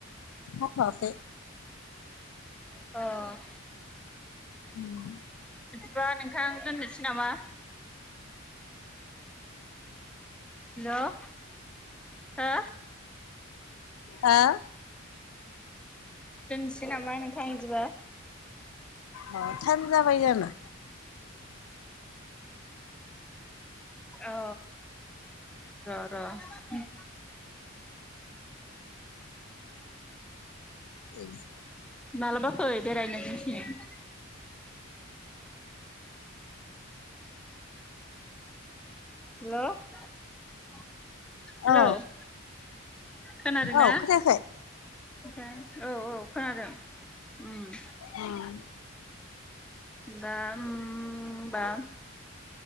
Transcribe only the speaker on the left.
हाथ'वाखै।
उम
हो
अ थाइम जाबायानो
दै <unintelligible>
औ
औ
खोनायाखै
उम।